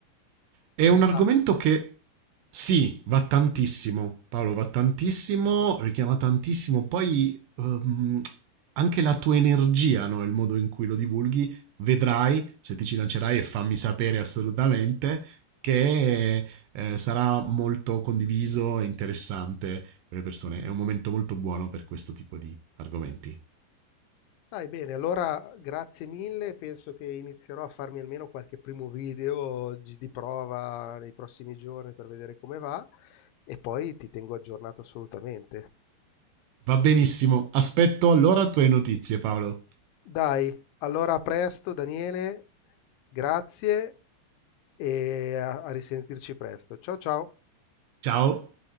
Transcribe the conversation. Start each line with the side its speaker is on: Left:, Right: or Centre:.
Right: È
Left: Ce
Right: un
Left: n'è
Right: argomento
Left: tanto?
Right: che sì, va tantissimo, Paolo, va tantissimo, richiama tantissimo, poi ehm, anche la tua energia, no? il modo in cui lo divulghi, vedrai, se ti ci lancerai e fammi sapere assolutamente, che eh, sarà molto condiviso e interessante per le persone. È un momento molto buono per questo tipo di argomenti.
Left: Dai, bene, allora grazie mille, penso che inizierò a farmi almeno qualche primo video gi- di prova nei prossimi giorni per vedere come va e poi ti tengo aggiornato assolutamente.
Right: Va benissimo, aspetto allora tue notizie, Paolo.
Left: Dai, allora a presto Daniele, grazie e a a risentirci presto. Ciao ciao!
Right: Ciao!